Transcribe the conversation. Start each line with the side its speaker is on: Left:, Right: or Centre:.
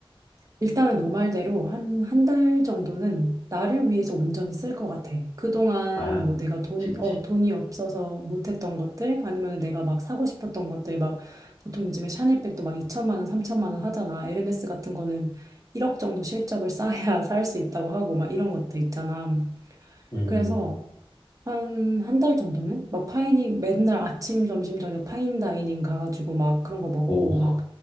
Right: 일단은 너 말대로 한, 한 달 정도는 나를 위해서 온전히 쓸 것 같아. 그동안
Left: 아,
Right: 뭐 내가 돈,
Left: 그치, 그치.
Right: 어, 돈이 없어서 못했던 것들, 아니면 내가 막 사고 싶었던 것들, 막 보통 요즘에 샤넬백도 막 2천만 원, 3천만 원 하잖아. 에르메스 같은 거는 1억 정도 실적을 <laughs> 쌓아야 살 수 있다고 하고, 막 이런 것들 있잖아.
Left: 음,
Right: 그래서 한, 한 달 정도는? 막 파이닝, 맨날 아침, 점심, 저녁 파인다이닝 가가지고 막 그런 거 먹고,
Left: 오.
Right: 막,